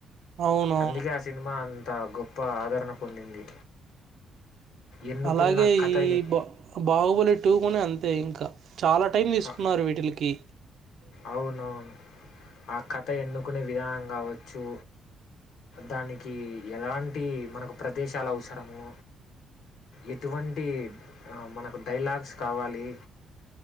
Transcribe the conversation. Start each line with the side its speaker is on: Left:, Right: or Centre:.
Right: అవునవును.
Left: అందుకే ఆ సినిమా అ గొప్ప ఆదరణ పొందింది ఎన్నుకున్న
Right: అలాగే
Left: కథ
Right: ఈ
Left: ఎన్
Right: బా బాహుబలి టూ కూడాని అంతే ఇంకా చాలా టైం తీసుకున్నారు
Left: అ
Right: వీటిలికి
Left: అవునవును ఆ కథ ఎన్నుకునే విధాంగా కావచ్చు దానికి ఎలాంటి మనకు ప్రదేశాలు అవసరము ఎటువంటి ఆ మనకు డైలాగ్స్ కావలి